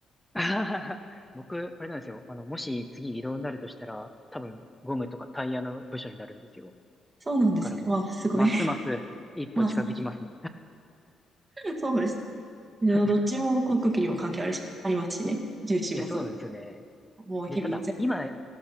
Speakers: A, in the centre; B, on the right (about 30°).
A: <laughs> 僕、あれなんですよ。あの、もし次移動になるとしたら、多分ゴムとかタイヤの部署になるんですよ。
B: そうなんですね。
A: だからもう、
B: わあ、すごい。
A: ますます一歩近づきますね。
B: まあ、<laughs> そうですね。
A: <laughs>
B: どっちも航空機にも関係あるし、ありますしね。重視もそうで
A: いや、そうなんですよね。
B: す。もう日々お世
A: で、ただ、今、